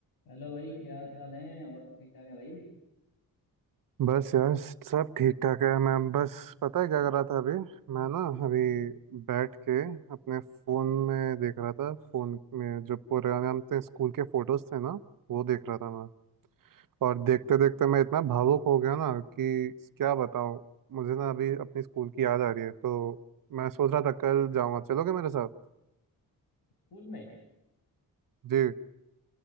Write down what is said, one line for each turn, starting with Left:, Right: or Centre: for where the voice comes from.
Left: Hello भाई क्या हाल चाल है और सब ठीक ठाक है भाई
Right: बस यार सब ठीक ठाक है मैं बस पता है क्या कर रहा था अभी मैं ना अभी बैठ के अपने फ़ोन में देख रहा था फ़ोन में जो पुराने हम थे स्कूल के फ़ोटोज़ थे ना वो देख रहा था मैं और देखते
Left: ओके
Right: देखते मैं इतना भावुक हो गया ना कि क्या बताऊँ मुझे ना अभी अपनी स्कूल की याद आ रही है तो मैं सोच रहा था कल जाऊँगा चलोगे मेरे साथ
Left: स्कूल में
Right: जी